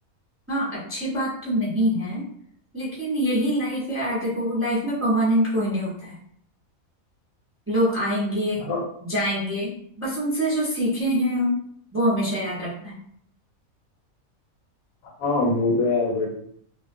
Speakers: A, on the right (about 15°); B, on the left (about 80°).
A: हाँ अच्छी बात तो नहीं है लेकिन यही लाइफ है यार देखो लाइफ में परमानेंट कोई नहीं होता है लोग आएंगे
B: हाँ
A: जाएंगे बस उनसे जो सीखे हैं हम वो हमेशा याद रखना है
B: हाँ वो तो है